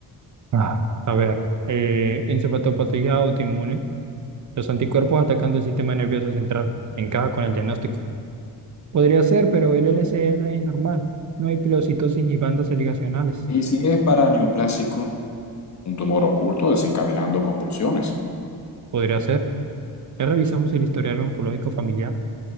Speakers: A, on the right (about 45°); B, on the left (about 40°).
A: Ah, a ver, eh, encefalopatía autoinmune. Los anticuerpos atacando el sistema nervioso central. Encaja con el diagnóstico. Podría ser, pero el LCR es normal. No hay pleocitosis ni bandas ligacionales.
B: ¿Y si es para neoplásico? un tumor oculto desencadenando convulsiones.
A: Podría ser. Ya revisamos el historial oncológico familiar.